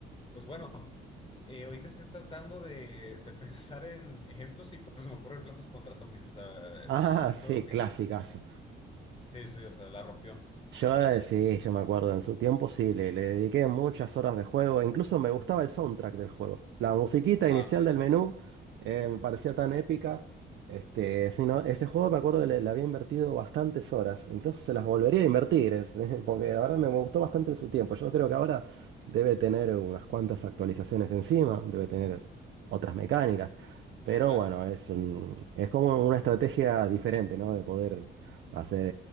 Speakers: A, on the left; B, on the right.
A: Pues bueno, eh, ahorita estoy tratando de, de <laughs> pensar en ejemplos y pues se me ocurre plantas contra zombies. O sea, eh,
B: Ah,
A: pues un
B: sí,
A: juego que...
B: clasicas
A: Sí, sí, o sea, la rompió.
B: Yo eh, sí, yo me acuerdo, en su tiempo sí, le, le dediqué muchas horas de juego, incluso me gustaba el soundtrack del juego. La musiquita
A: Ah,
B: inicial
A: sí,
B: del menú eh, me parecía tan épica. Este, sí, no, ese juego me acuerdo que le, le había invertido bastantes horas, incluso se las volvería a invertir, es- <laughs> porque la verdad me gustó bastante en su tiempo. Yo creo que ahora debe tener unas cuantas actualizaciones encima, debe tener otras mecánicas, pero
A: claro.
B: bueno, es, un- es como una estrategia diferente, ¿no? De poder hacer